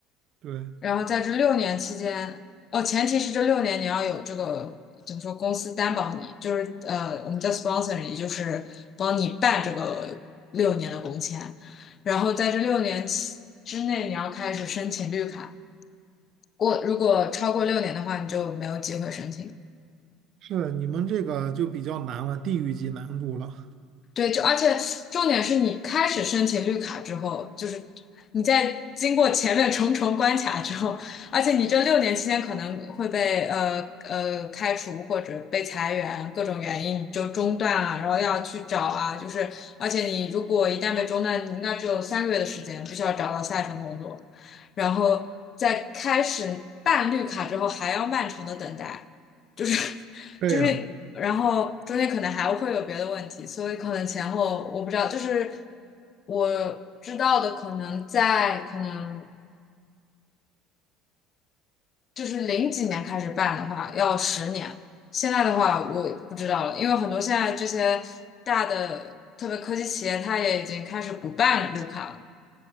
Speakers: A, on the right; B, on the left.
A: 对，
B: 然后在这六年期间，哦，前提是这六年你要有这个怎么说，公司担保你，就是呃，我们叫 sponsor，也就是帮你办这个六年的工签。然后在这六年期之内，你要开始申请绿卡。过如果超过六年的话，你就没有机会申请。
A: 是你们这个就比较难了，地域级难度了。
B: 对，就而且重点是你开始申请绿卡之后，就是你在经过前面重重关卡之后，而且你这六年期间可能会被呃呃开除或者被裁员，各种原因你就中断啊，然后要去找啊，就是而且你如果一旦被中断，你应该只有三个月的时间，必须要找到下一份工作，然后在开始办绿卡之后还要漫长的等待。就是
A: 对呀，
B: 就是然后中间可能还会有别的问题，所以可能前后我不知道，就是我知道的可能在可能就是零几年开始办的话要十年，现在的话我不知道了，因为很多现在这些大的特别科技企业，它也已经开始不办绿卡了，